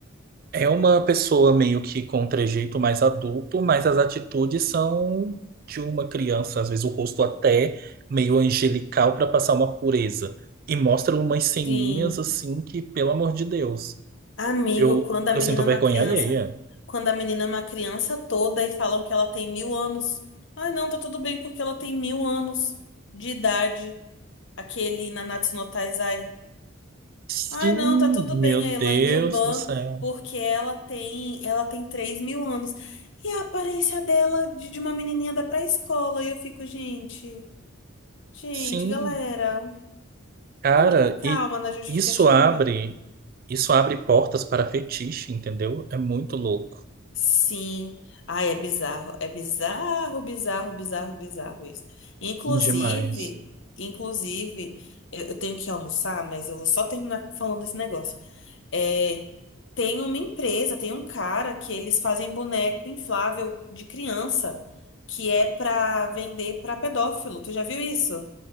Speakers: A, on the right; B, on the left.
A: É uma pessoa meio que com um trejeito mais adulto, mas as atitudes são de uma criança, às vezes o rosto até meio angelical para passar uma pureza. E mostra umas ceninhas
B: Sim.
A: assim que, pelo amor de Deus,
B: Amigo,
A: eu,
B: quando a
A: eu
B: menina
A: sinto vergonha
B: é uma criança,
A: alheia.
B: quando a menina é uma criança toda e falam que ela tem mil anos. Ai, não, tá tudo bem porque ela tem mil anos de idade. Aquele Nanatsu no Taizai.
A: Sim,
B: Ai, não, tá tudo
A: meu
B: bem a
A: Deus
B: Elaine Uban,
A: do céu.
B: porque ela tem, ela tem três mil anos. E a aparência dela de, de uma menininha da pré-escola. E eu fico, gente, gente,
A: Sim,
B: galera,
A: cara,
B: vamos com calma
A: e
B: na justificativa?
A: isso abre, isso abre portas para fetiche, entendeu? É muito louco,
B: Sim. Ai, é bizarro. É bizarro, bizarro, bizarro, bizarro isso. Inclusive,
A: demais.
B: inclusive, eu, eu tenho que almoçar, mas eu vou só terminar falando esse negócio. É, tem uma empresa, tem um cara que eles fazem boneco inflável de criança, que é pra vender pra pedófilo. Tu já viu isso?